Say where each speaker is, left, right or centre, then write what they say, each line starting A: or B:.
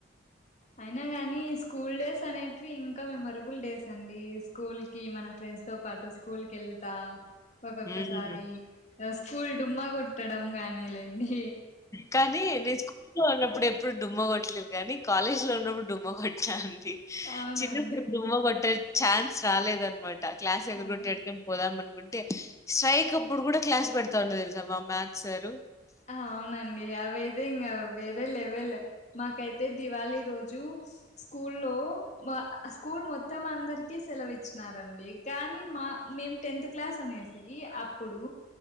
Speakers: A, on the left (about 35°); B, on the left (about 15°).
A: అయినా గాని స్కూల్ డేస్ అనేటివి ఇంకా మెమరబుల్ డేస్ అండి స్కూల్ కి మన ఫ్రెండ్స్ తో పాటు స్కూల్ కి వెళ్తా ఒక్కొక్కసారి
B: హ్మ్.
A: స్కూల్ డుమ్మా కొట్టడం గానీ లేండి
B: కానీ నేను స్కూలో ఉన్నప్పుడు అప్పుడే ఇప్పుడు డుమ్మ కొట్టలేదు కానీ కాలేజ్ లో ఉన్నప్పుడు డుమ్మ కొట్టాలను
A: అవునండి
B: చిన్న మ్మ బట్టర్ న్స్ రాలేద అనమాట క్లాస్ ఎగారగొట్టి
A: ఆ
B: అట్నీ పోదమ అంటే స్ట్రైక్ అప్పుడు కూడా క్లాస్ పెడతా ఉండదు తెలుసామ్మా మ్యాథ్ సారు
A: అవునా అండి అద ఇం వేరే లెవెల్ మాకైతే దివాళి రోజు ర స్కూ లో స్కూల్ మొత్తం అందరిక సెలవు ఇచ్చినారండి కానీ మా మేము టెన్త్ క్లాస్ అనేసి అప్పుడు